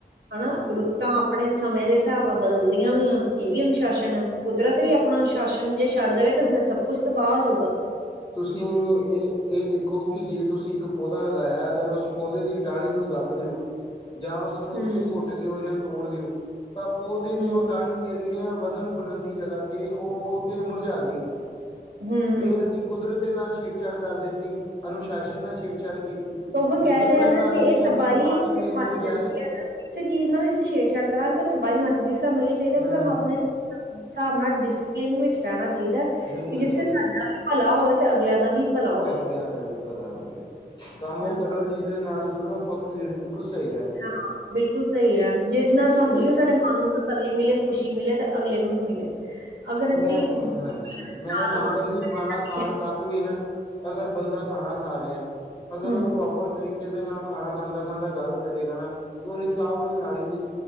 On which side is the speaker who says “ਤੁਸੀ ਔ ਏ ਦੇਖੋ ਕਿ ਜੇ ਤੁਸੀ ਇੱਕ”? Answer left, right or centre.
Left